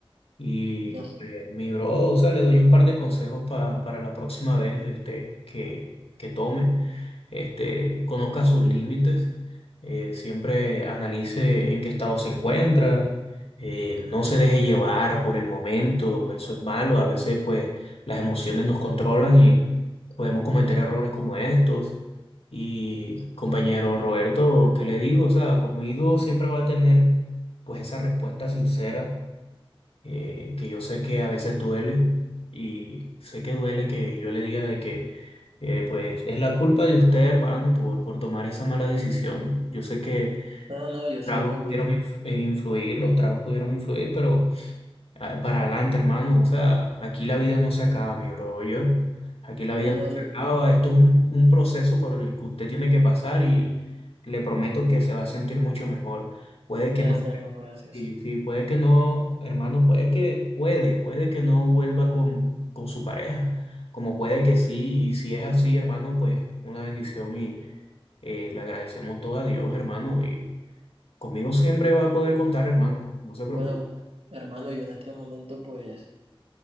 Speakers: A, on the left (about 80°); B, on the right (about 85°).
A: Y
B: No,
A: eh, mi bro, o sea, le doy un par de consejos pa- para la próxima vez este, que, que tome. Este, conozca sus límites, eh, siempre analice en qué estado se encuentra, eh, no se deje llevar por el momento, eso es malo. A veces, pues, las emociones nos controlan y podemos cometer errores como estos. Y compañero Roberto, ¿qué le digo? O sea, conmigo siempre va a tener, pues, esa respuesta sincera eh, que yo sé que a veces duele y sé que duele que yo le diga de que eh, pues es la culpa de usted, hermano, por, por tomar esa mala decisión. Yo sé que
B: no, no, yo
A: tragos
B: sé muy,
A: pudieron
B: muy-
A: inf- eh, influir, los tragos pudieron influir, pero Ah, Para adelante, hermano. O sea, aquí la vida no se acaba, mi bro. Yo, aquí la vida
B: no, no,
A: no se
B: yo-
A: acaba. Esto es un, un proceso por el que usted tiene que pasar y le prometo que se va a sentir mucho mejor. Puede que
B: gracias,
A: no,
B: hermano, gracias.
A: sí, sí, puede que no, hermano, puede que, puede, puede que no vuelva con, con su pareja, como puede que sí. Y si es así, hermano, pues una bendición y eh, le agradecemos todo a Dios, hermano. Y conmigo siempre va a poder contar, hermano. No se
B: Bueno,
A: preocupe.
B: hermano, yo en este momento, pues,